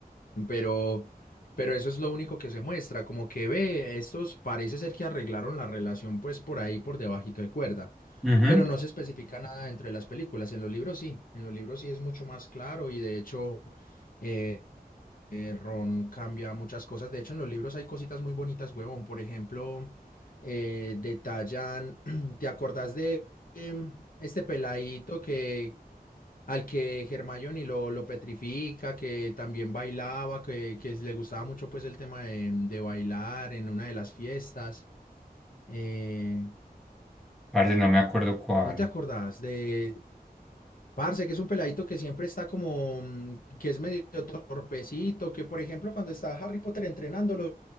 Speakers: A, on the left; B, in the centre.
A: pero, pero eso es lo único que se muestra, como que ve, estos parece ser que arreglaron la relación pues por ahí, por debajito de cuerda,
B: Ujú.
A: pero no se especifica nada dentro de las películas, en los libros sí, en los libros sí es mucho más claro y de hecho... eh, eh, Ron cambia muchas cosas. De hecho, en los libros hay cositas muy bonitas, huevón. Por ejemplo, eh, detallan, <clears throat> ¿te acordás de em, este peladito que al que Hermione lo, lo petrifica, que también bailaba, que, que le gustaba mucho pues el tema de, de bailar en una de las fiestas? Eh,
B: Parce, no me acuerdo cuál.
A: ¿no te acordás de Parce, que es un peladito que siempre está como, mm, que es medio torpecito, que por ejemplo cuando está Harry Potter entrenándolo,